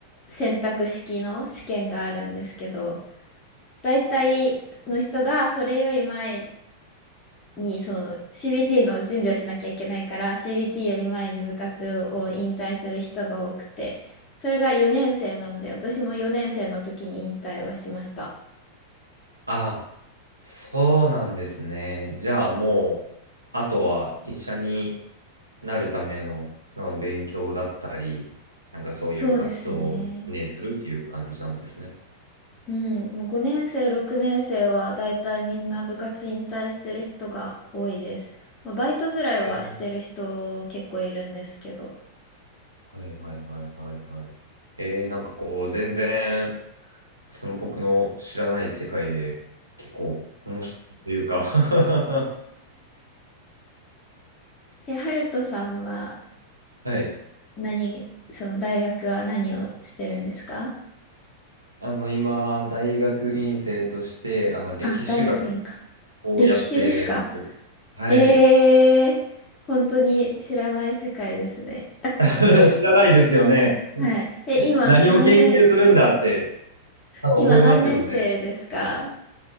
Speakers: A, on the left; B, on the right.
A: 選択式の試験があるんですけど、大体の人がそれより前に、その、CBT の準備をしなきゃいけないから、CBT より前に部活を引退する人が多くて、それが4年生なんで、私も4年生の時に引退はしました。
B: ああ、そうなんですね。じゃあもう、あとは医者になるための、の勉強だったり、なんかそういう活動を専念するっていう感じなんですね。
A: そうですね。うん、もう5年生、6年生はだいたいみんな部活引退してる人が多いです。まあ、バイトぐらいはしてる人結構いるんですけど。
B: えはいはいはいはいはい。えー、なんかこう、全然、その僕の知らない世界で、結構面白いというか <laughs>
A: え、ハルトさんは
B: はい。
A: 何、その大学は何をしてるんですか
B: あの、今、大学院生として、あの、歴史学
A: あ、大学院か。
B: をやってます。
A: 歴史ですか
B: はい。
A: ええー、本当に知らない世界ですね。
B: <laughs> 知らないですよね。
A: はい。え、今何年、
B: 何を研究するんだって、多分思いますよね。
A: 今何年生ですか